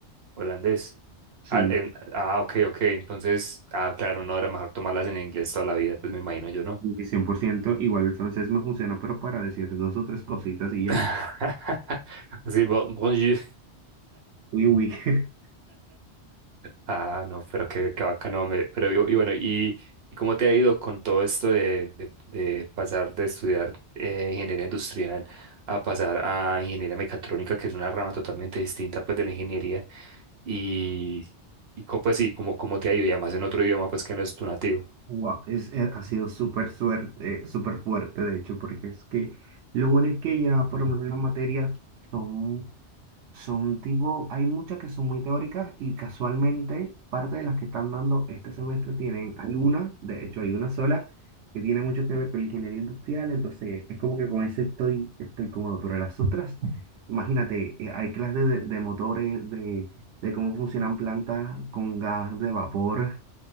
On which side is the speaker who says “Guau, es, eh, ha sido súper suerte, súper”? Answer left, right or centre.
Right